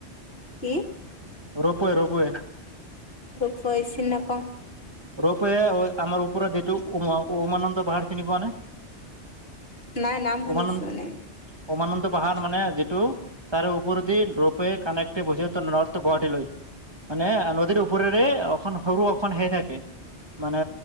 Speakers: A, on the left (about 60°); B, on the right (about 25°).
A: কি
B: ৰোপে ৰোপে <unintelligible>
A: ৰপই চি নাপাওঁ
B: ৰূপে আমাৰ ওপৰত যিটো উমান <unintelligible> পাহাৰ কিনি পোৱা নাই
A: নাই নাম শুনিছো
B: উমানমান <unintelligible>
A: এনে
B: উমানন্দ বাহান মানে যিটো তাৰে ওপৰেদি ৰপ কানেকটে হৈছে নৰ্থ গুৱাহাটী লৈ <unintelligible> মানে নদীৰ ওপৰেৰে অখন সৰু অখন হে থাকে মানে